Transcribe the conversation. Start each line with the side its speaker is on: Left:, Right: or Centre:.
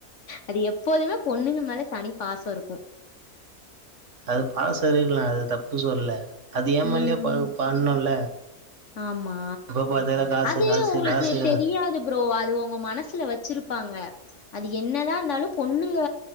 Left: அது எப்போதுமே பொண்ணுங்க மேல தனி பாச இருக்கு
Right: அது பாச இருக்கலா அது தப்பு சொல்ல அது எ
Left: ம்.
Right: மேலயு ப பண்ணுல்ல
Left: ஆமா
Right: எப்ப பாத்தாலு காசு
Left: அது
Right: காசு
Left: உங்களுக்கு
Right: காசு
Left: தெரியாது ப்ரோ அது உங்க மனசுல வெச்சிருப்பாங்க அது என்னதா இருந்தாலு பொண்ணுங்க